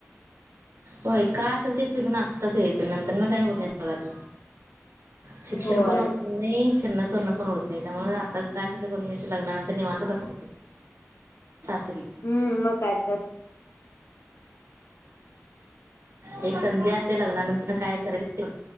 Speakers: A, on the right (about 85°); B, on the left (about 85°).
A: होय काय असेल ते फिरून आताच येतं नंतर ना काय होत नाही बघा ते शिक्षण
B: होय
A: पण होत नाही. खिर््ण करण पण होत नाही त्यामुळे आताच काय अस कर घ लग्नानंतर निवांत बस. स्री.
B: हम्म मग काय तर <inaudible>
A: एक संधी असते लग्नानंतर काय करायच